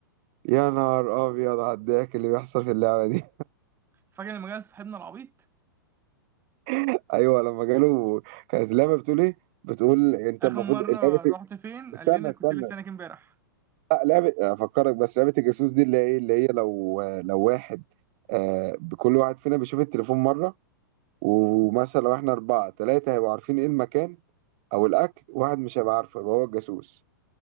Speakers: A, on the right; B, on the right.
A: يا نهار ابيض على الضحك اللي بيحصل في اللعبه دي
B: فاكر لما جالس صاحبنا العبيط
A: <laughs> ايوه لما جاله كانت اللعبه بتقول ايه بتقول انت المفروض
B: اخر مره
A: لعبه
B: رحت فين قال
A: استنى
B: لنا
A: استنى
B: كنت لسه هناك امبارح
A: لا لعبه افكرك بس لعبه الجاسوس دي اللي هي ايه اللي هي لو لو واحد آه كل واحد فينا بيشوف التليفون مره ومثلا لو احنا اربعه ثلاثه هيبقوا عارفين ايه المكان او الاكل واحد مش هيبقى عارفه يبقى هو الجاسوس